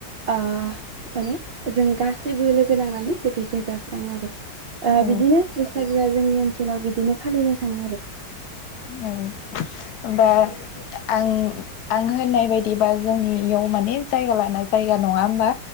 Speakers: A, on the right; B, on the left.
A: ओ माने जों गासैबो लोगो नांनानै बोथिसे जास्राङो आरो ओ
B: औ
A: बिदिनो बैसागोआ जोंनि ओनसोलाव बिदिनो फालिनाय थाङो आरो
B: औ होमबा
A: औ
B: आं आं होननाय बायदिबा जोंनि इयाव माने जायगा लाना जायगा नङा होमबा